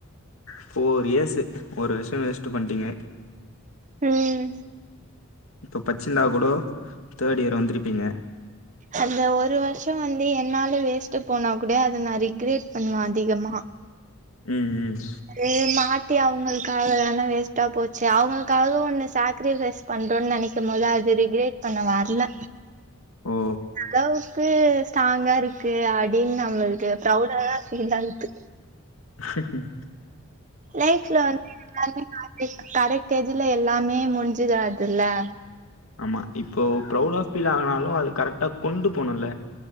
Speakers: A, on the left; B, on the right.
A: ஃபோர் இயர்ஸு ஒரு வருஷொ வேஸ்ட்டு பண்ட்டீங்க
B: ம்
A: இப்போ பச்சிருந்தா கூடோ தேட் இயர் வந்துருப்பீங்க
B: அந்த ஒரு வருஷொ வந்து என்னால வேஸ்ட்டு போனா கூட அத நா ரிக்ரெட் பண்ணுவே அதிகமா
A: ம் ம்
B: இது மாத்தி அவுங்களுக்காக தான வேஸ்ட்டா போச்சு அவுங்களுக்காக ஒன்னு சாக்ரிஃபைஸ் பண்றோன்னு நெனைக்கும் போது அது ரிக்ரேட் பண்ண வர்ல
A: ஓ
B: அளவுக்கு ஸ்ட்ராங்கா இருக்கு அடி நம்மள் க்கு ப்ரௌவுடாதா ஃபீல் ஆகுது
A: ஹம்
B: லைஃப்ல வந்து <inaudible> கரெக்ட் ஏஜ்ல எல்லாமே முடிஞ்சிடாதுல்ல
A: ஆமா இப்போ ப்ரவுடா ஃபீல் ஆனாலு அத கரெக்டா கொண்டு போணுல்ல